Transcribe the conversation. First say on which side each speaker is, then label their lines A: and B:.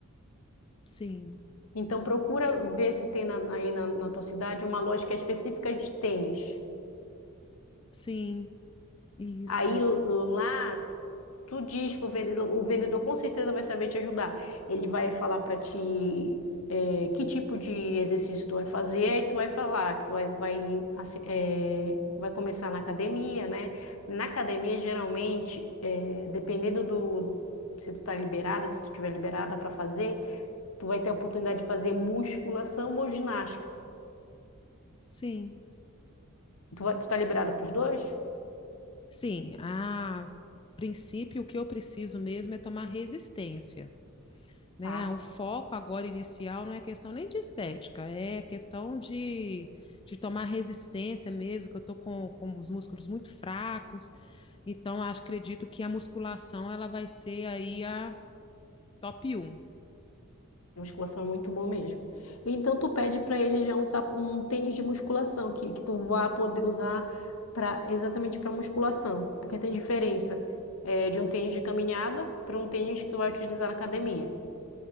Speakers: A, on the left; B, on the left.
A: Sim,
B: Então procura ver se tem na, na- aí na, na tua cidade uma loja que é específica de tênis.
A: sim, isso.
B: Aí lá tu diz pro vendedor, o vendedor com certeza vai saber te ajudar. Ele vai falar para ti é, que tipo de exercício tu vai fazer, aí tu vai falar que tu vai, vai, assim, é, vai começar na academia, né? Na academia, geralmente, é, dependendo do se tu tá liberada, se tu tiver liberada para fazer, tu vai ter a oportunidade de fazer musculação ou ginástica.
A: Sim,
B: Tu, vai- tu tá liberada pros dois?
A: sim. A princípio, o que eu preciso mesmo é tomar resistência. né?
B: Tá.
A: O foco agora inicial não é questão nem de estética, é questão de, de tomar resistência mesmo, que eu estou com, com os músculos muito fracos. Então, acho, acredito que a musculação ela vai ser aí a top um
B: Musculação é muito bom mesmo. Então tu pede pra ele já um, sap- um tênis de musculação que, que tu vá poder usar para exatamente para musculação, porque tem diferença é, de um tênis de caminhada para um tênis que tu vai utilizar na academia.